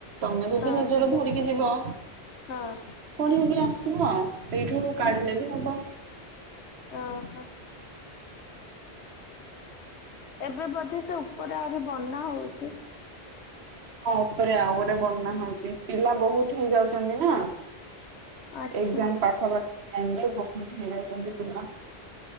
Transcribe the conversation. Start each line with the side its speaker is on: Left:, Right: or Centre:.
Right: ତମେ ଯଦି
Left: ହଁ
Right: ନିଜର ଧରିକି ଯିବ
Left: ହଁ
Right: ପଢେଇକି ଆସିବ ଆଉ ସେଇଠୁରୁ କାଢିଲେ ବି ହବ।
Left: ଓ ହୋ। ଏବେ ବୋଧେ ସେ ଉପରେ ଆହୁରି ବନା ହଉଛି?
Right: ହଁ ଉପରେ ଆଉ ଗୋଟେ ବହ୍ନ ହଉଛି ପିଲା ବହୁତ ହେଇ ଯାଉଛନ୍ତି ନା।
Left: ଆଚ୍ଛା
Right: ଏକ୍ସାମ ପାଖାପାଖି ଯା ବହୁତ ହେଇଯାଇଛନ୍ତି ପିଲା।।